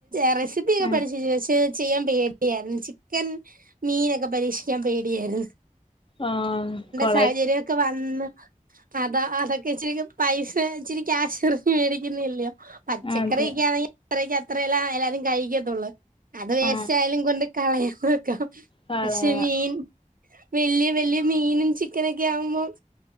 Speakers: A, on the right; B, on the left.
A: അറിയ ഒക്കെ
B: ആ
A: പടിച്ചീന് പക്ഷേ ചെയ്യാൻ പേടിയായിരുന്നു, ചിക്കൻ മീനൊക്കെ പരീക്ഷിക്കാൻ പേടിയാര്ന്നു.
B: ആ കൊറ്
A: സാഹചര്യക്കെ വന്ന്. അതാ അതൊക്കെ ഇച്ചിരി പൈസ ഇച്ചിരി ക്യാഷ് ഇറങ്ങി മേടിക്കുന്നല്ലെ പച്ചക്കറിക്കൊണെങ്കിൽ
B: അതെ
A: അത്രക്ക് അത്രല്ല എല്ലാരും കഴിക്കത്തുള്ളൂ. അത് വേസ്റ്റ്
B: ആ
A: ആയാലും കൊണ്ട് കളയാന്നു വെക്കാം
B: കളയാ
A: പക്ഷെ മീൻ. വലിയ വലിയ മീനും ചിക്കനും ചിക്കനൊക്കെ ആവുമ്പോം